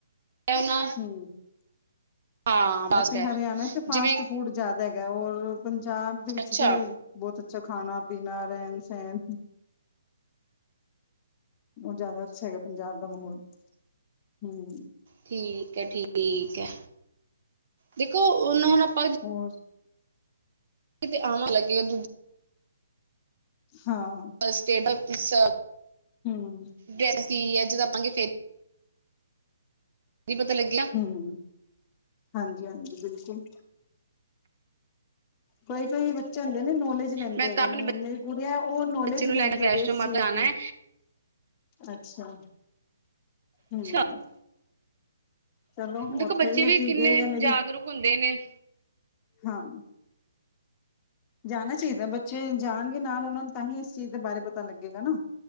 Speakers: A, on the right; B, on the left.
A: ਹੈ
B: ਹੂੰ। <inaudible>
A: ਹਾਂ ਬਸ
B: ਅਤੇ
A: ਹੈ
B: ਹਰਿਆਣਾ ਚ ਤੇ ਫਾਸਟ
A: ਜਿਵੇਂ
B: ਫੂਡ ਜਾਦਾ ਹੈਗਾ, ਔਰ ਪੰਜਾਬ ਦੇ ਵਿੱਚ
A: ਅੱਛਾ
B: ਤੇ ਬੋਤ ਅੱਛਾ ਖਾਣਾ ਪੀਣਾ ਰੈਣ ਸੈਣ। ਬਹੁਤ ਜਿਆਦਾ ਅੱਛਾ ਹੈਗਾ ਪੰਜਾਬ ਦਾ ਮਾਹੌਲ ਹਮ।
A: ਠੀਕ ਐ, ਠੀਕ ਐ ਦੇਖੋ ਉਨਾਨੂੰ ਹੁਣ ਆਪਾਂ
B: ਹੋਰ
A: ਤੇ ਆਮ ਲੱਗੇਗਾ ਦੂਜ
B: ਹਾਂ।
A: ਸਟੇਟਸ ਕਿਸ
B: ਹੂੰ।
A: ਡਰੈਸ ਕੀ ਐ ਜਦੋਂ ਆਪਾਂ ਫੇਰ ਨਈ ਪਤਾ ਲੱਗੇਆ
B: ਹੂੰ ਹਾਂਜੀ-ਹਾਂਜੀ ਬਿਲਕੁੱਲ। ਫਈ-ਫਈ <unintelligible> ਬੱਚੇ ਹੁੰਦੇ ਨੇ ਨੌਲੇਜ ਲੈਂਦੇ
A: ਮੈਂ
B: ਹੈਗੇ
A: ਤਾਂ ਆਪਣੇ
B: ਨੇ, ਹੁਣ ਮੇਰੀ ਗੁੜੀਆ ਓ ਨੌਲੇਜ
A: ਬੱਚੇ ਨੂੰ
B: ਲੈਂਦੀ
A: ਲੈ ਕੇ ਵੈਸ਼ਨੋ
B: ਹੈਗੀ ਇਸ
A: ਮਾਤਾ
B: ਚੀਜ਼
A: ਜਾਣਾ
B: ਦੀ।
A: ਹੈ
B: ਅੱਛਾ, ਹੂੰ।
A: ਅੱਛਾ
B: ਚਲੋ
A: ਦੇਖੋ
B: ਉੱਥੇ
A: ਬੱਚੇ ਵੀ
B: ਅਸੀਂ
A: ਕਿੰਨੇ
B: ਗਏ ਦੇ ਮੇਰੀ
A: ਜਾਗਰੂਕ ਹੁੰਦੇ ਨੇ।
B: ਹਾਂ। ਜਾਣਾ ਚਾਈਦਾ ਬੱਚੇ ਜਾਣਗੇ ਨਾਲ ਓਨਾਂ ਨੂੰ ਤਾਂ ਹੀ ਇਸ ਚੀਜ਼ ਦੇ ਬਾਰੇ ਪਤਾ ਲੱਗੇਗਾ ਨਾ।